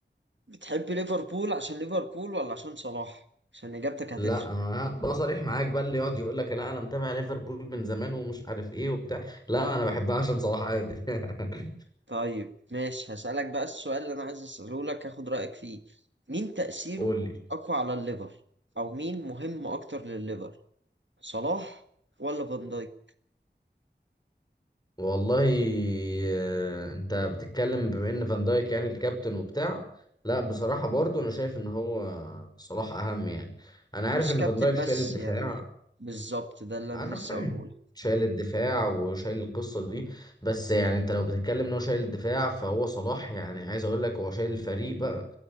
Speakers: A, on the right; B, on the left.
A: بتحب ليفربول عشان ليفربول ولا عشان صلاح عشان اجابتك هتفرق
B: لا انا بقى صريح معاك بقى اللي يقعد يقول لك لا انا متابع ليفربول من زمان ومش عارف ايه وبتاع لا انا بحبها عشان صلاح عادي <laughs>
A: طيب ماشي هسالك بقى السؤال اللي انا عايز اساله لك هاخد رايك فيه مين تاثيره
B: قول لي
A: اقوى على الليفر او مين مهم اكتر للليفر صلاح ولا فان دايك
B: والله آه، انت بتتكلم بما ان فان دايك يعني الكابتن وبتاع لا بصراحة برضو انا شايف ان هو صلاح اهم يعني انا
A: مش
B: عارف ان
A: كابتن
B: فان دايك شايل
A: بس
B: الدفاع
A: يعني بالظبط ده اللي
B: انا
A: انا لسه
B: فاهم
A: هقوله
B: شايل الدفاع وشايل القصة دي بس يعني انت لو بتتكلم ان هو شايل الدفاع فهو صلاح يعني عايز اقول لك هو شايل الفريق بقى